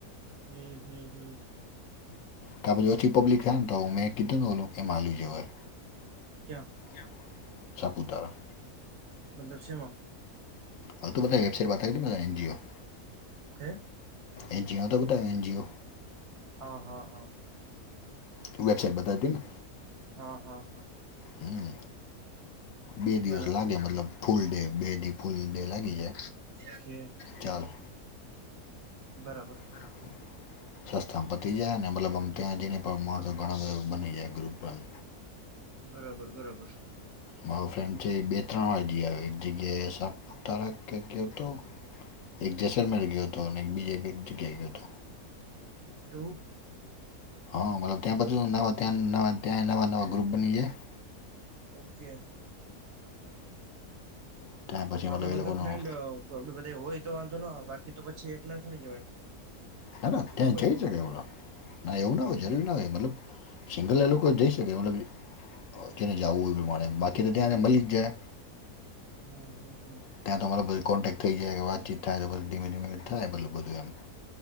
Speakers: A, on the right; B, on the left.
A: હમ હમ હમ.
B: ત્યાં બધુ ઓછી પબ્લિક આવે તો મે કીધુ ઓલું એમાં લઇ જવાઈ
A: ક્યાં.
B: ક્યા સાપુતારા.
A: મતલબ સેમા
B: હા તું બધા વેબસાઇટ બતાવી ને એનજીઓ
A: હે.
B: એનજીઓ તો બતાવ એનજીઓ.
A: હ હ હ
B: તું વેબસાઇટ બતાદી ને.
A: હ હ હ
B: હમ બે દિવસ
A: બરાબર
B: લાગે મતલબ ફૂલ ડે બે દિ ફૂલ દે લાગી છે
A: ઓકે
B: ચાલો.
A: બરાબર.
B: <inaudible> સસ્તામાં પતી જાય અનેને મતલબ આમ ત્યાં જઈને પણ માણસો ઘણા બધા બની જાય ગ્રુપ ને.
A: બરાબર બરાબર.
B: મારો ફ્રેન્ડ છે બે ત્રણ વાર જઈ આવ્યો એક જગ્યાએ સાપ તારા કે કેતો એક જસલમેર ગયો હતો અને એક બીજા એક જગ્યા ગયો હતો.
A: એવું.
B: હા મતલબ ત્યાં નવા ત્યાં ત્યાં નવા નવા ગ્રુપ બની જાય.
A: ઓકે.
B: ત્યાં પછી
A: આપડે
B: એ
A: મતલબ
B: લોકોનો
A: ફ્રેન્ડ
B: ના
A: આપડે બધે હોય તો વાંધો ના આવે બાકી તો પછી એકલા થડી જવાય.
B: ના ના
A: ગ્રુપ
B: ત્યાં જઈ
A: જ હોય
B: શકે
A: ને
B: બલો ના એવું ના હોય
A: હા
B: જરૂરી ના હોય મતલબ સિંગલ એ લોકો જઈ શકે મતલબ જેને જાવું એ પ્રમાણે બાકી
A: બઉ
B: તો
A: કેવાય.
B: ત્યાં મળી જાય.
A: હમ, હમ, હમ.
B: ત્યાં તો મને બધી કોન્ટેક્ટ થઈ જાય કે વાતચીત થાય તો બી ધીમે ધીમે થાય બલું બધું એમ.